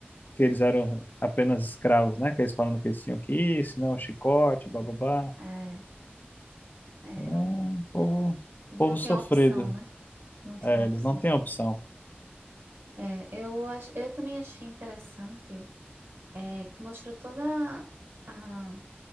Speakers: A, on the left; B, on the right.
A: que eles eram apenas escravos, né? Que eles falando que eles tinham que ir, senão o chicote, bababá.
B: É, é,
A: É
B: realmente.
A: um povo,
B: Eles
A: povo
B: não tinham
A: sofrido.
B: opção, né? Não tinham
A: É,
B: opção.
A: eles não têm opção.
B: É, eu acho, eu também achei interessante, é, que mostrou toda a